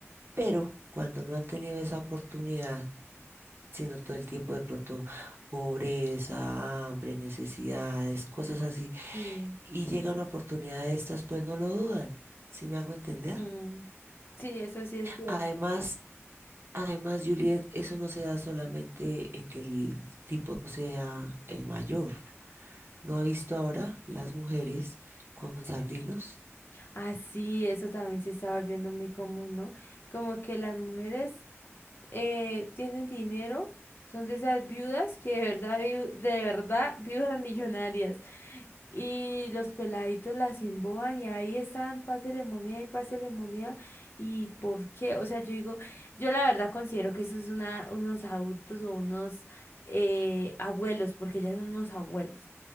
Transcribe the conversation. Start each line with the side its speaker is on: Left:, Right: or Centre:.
Right: Pero cuando no han tenido esa oportunidad, sino todo el tiempo de pronto pobreza, hambre, necesidades, cosas así.
Left: sí,
Right: Y llega una oportunidad de estas, pues no lo dudan, si me hago entender?
Left: mm, sí, eso sí es cierto.
Right: Además, además, Juliet, eso no se da solamente en que el tipo sea el mayor. ¿No ha visto ahora las mujeres con sardinos?
Left: Ah, sí, eso también se está volviendo muy común, ¿no? Como que las mujeres eh, tienen dinero, son de esas viudas que de verdad, viu- de verdad, viudas millonarias. Y los peladitos las emboban y ahí están, pásele moneda y pásele moneda. ¿Y por qué? O sea, yo digo, yo la verdad considero que eso es una, unos adultos o unos eh, abuelos, porque ya son unos abuelos